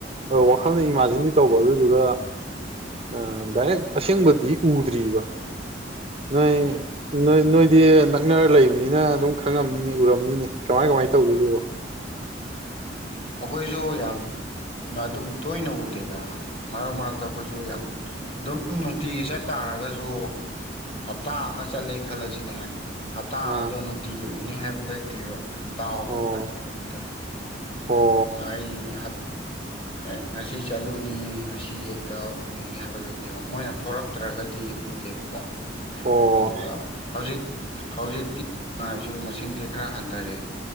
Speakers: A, on the right; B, on the left.
A: ꯋꯥꯈꯜꯅ ꯏꯃꯥꯖꯤꯟꯗꯤ ꯇꯧꯕ ꯑꯗꯨꯗꯨꯒ ꯑ ꯗꯥꯏꯔꯦꯛ ꯑꯁꯦꯡꯕꯗꯤ ꯎꯗ꯭ꯔꯤꯕ ꯅꯣꯏ ꯅꯣꯏ ꯅꯣꯏꯗꯤ ꯅꯛꯅꯔ ꯂꯩꯕꯅꯤꯅ ꯑꯗꯨꯝ ꯈꯪꯉꯝꯅꯤꯅꯤ ꯎꯔꯝꯅꯤꯅꯦ ꯀꯃꯥꯏ ꯀꯃꯥꯏꯅ ꯇꯧꯒꯦꯗꯨꯕꯣ <unintelligible>
B: ꯑꯩꯈꯣꯏꯁꯨ ꯌꯥꯝ ꯑꯗꯨꯝ ꯇꯣꯏꯅ ꯎꯗꯦꯗ ꯃꯔꯛ ꯃꯔꯛꯇ ꯑꯩꯈꯣꯏꯁꯨ ꯑꯗꯨꯝ ꯅꯨꯡꯇꯤꯒꯤ ꯆꯠ ꯇꯥꯔꯒꯁꯨ ꯍꯞꯇꯥ ꯑꯃ ꯆꯠꯂꯦ ꯈꯜꯂꯁꯤꯅꯦ ꯍꯞꯇꯥ
A: ꯑꯥ
B: ꯑꯃꯗꯣ ꯅꯨꯡꯇꯤꯒꯤ ꯎ ꯀꯅꯤ ꯍꯥꯏꯕ ꯂ ꯂꯩꯗꯤ ꯗꯥꯎꯕꯤ
A: ꯑꯣ
B: ꯋꯥꯔꯤꯔꯤ ꯏꯅꯤꯗ
A: ꯑꯣ
B: ꯅ ꯍꯥꯞ ꯑꯩ ꯉꯁꯤ ꯆꯠꯂꯨꯅꯤ ꯉꯁꯤ ꯍꯦꯛꯇ ꯎꯅꯤ ꯍꯥꯏꯕ ꯂꯩꯇꯦꯕ ꯃꯣꯏꯅ ꯊꯣꯔꯛꯇ꯭ꯔꯒꯗꯤ ꯎꯗꯦꯕꯀꯣ
A: ꯑꯣ
B: ꯑꯗꯨꯒ ꯍꯧꯖꯤꯛ ꯍꯧꯖꯤꯛꯇꯤ ꯅꯨꯡꯉꯥꯏꯁꯨ ꯃꯁꯤ ꯁꯤꯡꯁꯦ ꯈꯔ ꯍꯟꯊꯔꯛꯑꯦ